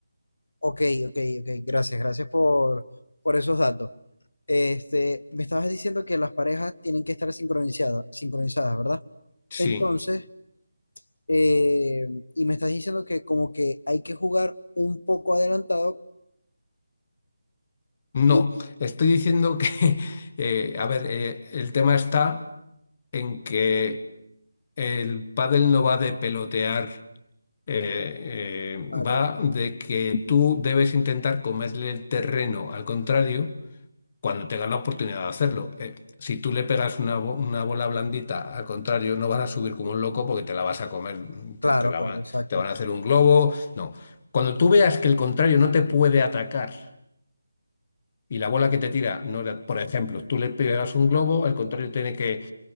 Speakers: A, on the left; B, on the left.
A: Ok, ok, ok. Gracias, gracias por, por esos datos. Este, me estabas diciendo que las parejas tienen que estar sincronizadas, sincronizadas, ¿verdad?
B: Sí.
A: Entonces, eh, y me estás diciendo que como que hay que jugar un poco adelantado
B: No,
A: y...
B: estoy diciendo que, <laughs> eh, a ver, eh, el tema está en que el pádel no va de pelotear eh, eh,
A: Vale,
B: va
A: vale.
B: de que tú debes intentar comerle el terreno al contrario cuando tengas la oportunidad de hacerlo. Eh, si tú le pegas una, bo- una bola blandita al contrario, no vas a subir como un loco porque te la vas a comer,
A: Claro,
B: te, te la
A: claro,
B: van a,
A: exacto.
B: te van a hacer un globo. No. Cuando tú veas que el contrario no te puede atacar y la bola que te tira, no era- por ejemplo, tú le pegas un globo, el contrario tiene que